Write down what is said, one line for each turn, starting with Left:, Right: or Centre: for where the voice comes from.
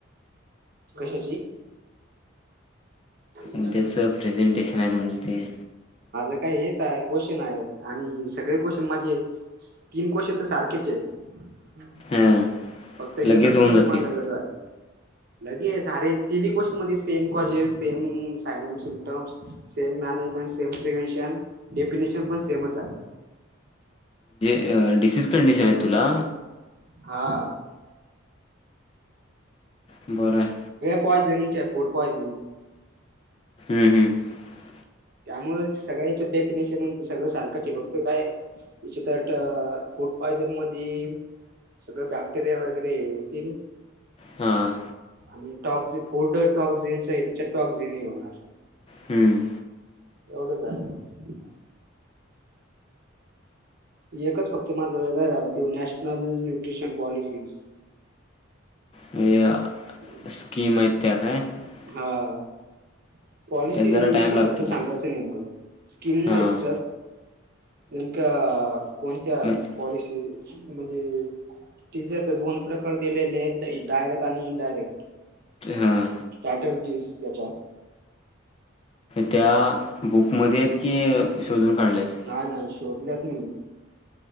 Right: कशाची. <inaudible>
Left: उद्याचं प्रेझेंटेशन आहे तुमचं ते
Right: काय हेच आहे क्वेशचन आहेत आणि सगळे क्वेशचन माझे तीन क्वेशचन तर सारखेचे आहेत
Left: हां
Right: फक्त एकच
Left: लगेच होऊन
Right: गोष्ट
Left: जातील
Right: माझा वेगळा आहे. लगेच अरे तिन्ही क्वेशन मध्ये same. Same <unintelligible> management same, prevention definition पण सेमच आहे.
Left: <unintelligible> तीच कंडिशन आहे तुला.
Right: हा.
Left: बरं आहे.
Right: पॉजनिंगॅफुड पॉयजनिंग.
Left: <unintelligible>
Right: त्यामुळे सगळ्याच्या डेफिनेशन म्हणजे सगळं सारखं बघत काय त्याच्यात फूड पॉयझन मध्ये सगळं बॅक्टेरिया वगैरे येतील,
Left: हां.
Right: आणि टक् फूड टॉक्जिनच आहे तिच्या टॉक्जिन होणार,.
Left: हम्म.
Right: एवढंच आहे. एकच फक्त मात्र वेगळं झालं होत नॅशनल न्यूट्रिशन पॉलिसीज‌.
Left: म्हणजे
Right: ह <unintelligible>
Left: <unintelligible>
Right: हा हा. पॉलिसी
Left: त्यात जरा
Right: विषयी
Left: टाइम लागतो
Right: फक्त
Left: काय?
Right: सांगायचं नेमकं. स्कीम
Left: हां.
Right: नाही तिच्यात नेमक्या कोणत्या
Left: म्ह
Right: पॉलिसी म्हणजे तिच्यात दोन प्रकार दिलेले आहेत डायरेक्टर्स, आणि इनडायरेक्ट,
Left: हां.
Right: स्ट्रॅटजीस त्याच्यात.
Left: त्या बुकमध्ये आहेत की शोधून. काढल्यास?
Right: नाही नाही. शोधल्यात मी.